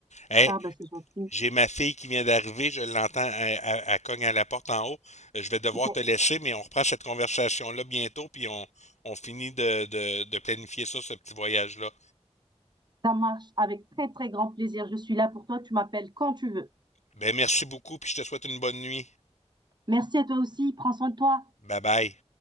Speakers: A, on the left (about 85°); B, on the right (about 40°).
A: Eh,
B: Ah, bah, c'est gentil.
A: J'ai ma fille qui vient d'arriver, je l'entends, elle, elle- elle cogne à la porte en haut. Euh, Je vais devoir
B: Ok,
A: te laisser, mais on reprend cette conversation-là bientôt, puis on, on finit de, de, de planifier ça, ce petit voyage-là.
B: Ça marche avec très, très grand plaisir. Je suis là pour toi. Tu m'appelles quand tu veux.
A: Ben, merci beaucoup, puis je te souhaite une bonne nuit.
B: Merci à toi aussi. Prends soin de toi.
A: Bye bye.